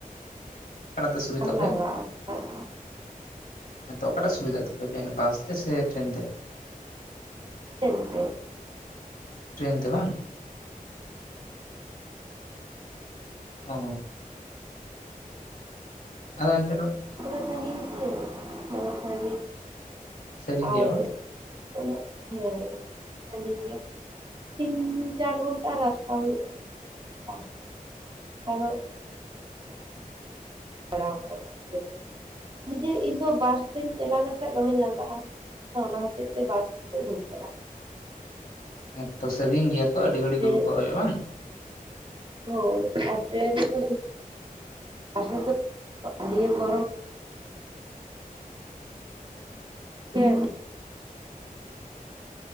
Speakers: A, on the left; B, on the right.
A: ᱚᱠᱟᱴᱟᱜ ᱛᱮ ᱥᱩᱵᱤᱫᱷᱟᱜ
B: ᱵᱟᱢ
A: ᱛᱟᱯᱮ
B: <inaudible>
A: ᱦᱮᱸ ᱛᱚ ᱚᱠᱟᱴᱟᱜ ᱥᱩᱵᱤᱫᱷᱟᱜ ᱛᱟᱯᱮ ᱯᱮ ᱵᱟᱥ ᱛᱮ ᱥᱮ ᱴᱨᱮᱱ ᱛᱮ
B: ᱴᱨᱮᱱ ᱛᱮ
A: ᱴᱨᱮᱱ ᱛᱮ ᱵᱟᱝ ᱚ ᱟᱫᱚ ᱮᱱᱛᱮ ᱨᱮᱦᱚᱸ
B: ᱫᱚᱢᱮ ᱥᱟᱺᱜᱤᱧ ᱥᱮ ᱫᱚᱢᱮ ᱥᱟᱺᱜᱤᱧ
A: ᱥᱟᱺᱜᱤᱧ
B: ᱟᱨ
A: ᱜᱮᱭᱟ ᱵᱟᱝ
B: ᱩᱱᱟᱹᱜ, ᱦᱮᱸ ᱥᱟᱺᱜᱤᱧ ᱜᱮᱭᱟ ᱛᱤᱱ ᱪᱟᱨ ᱜᱷᱚᱱᱴᱟ ᱨᱟᱥᱛᱟ ᱦᱳᱭᱳᱜ-ᱟ <unintelligible> ᱟᱨᱚ <unintelligible> ᱱᱤᱡᱮ ᱤᱧᱫᱚ ᱵᱟᱥ ᱛᱤᱧ ᱪᱟᱞᱟᱣ ᱞᱮᱱᱠᱟᱱ ᱫᱚᱢᱮᱧ ᱞᱟᱸᱜᱟᱜᱼᱟ ᱚᱱᱟ ᱦᱚᱛᱮᱡ ᱛᱮ ᱵᱟᱥ ᱛᱮᱫᱚ ᱵᱟᱹᱧ ᱪᱟᱞᱟᱜ-ᱟ
A: ᱦᱮᱸᱛᱚ ᱥᱟᱺᱜᱤᱧ ᱜᱮᱭᱟ ᱛᱚ ᱟᱹᱰᱤ ᱜᱷᱟᱲᱤ
B: ᱴᱨᱮᱱ
A: ᱫᱩᱲᱩᱵ ᱠᱚᱜ ᱦᱩᱭᱩᱜᱼᱟ ᱵᱟᱝ
B: ᱦᱳᱭ, ᱴᱨᱮᱱ ᱛᱮᱫᱚ <unintelligible> ᱟᱰᱤ ᱜᱚᱨᱚᱢ ᱜᱮ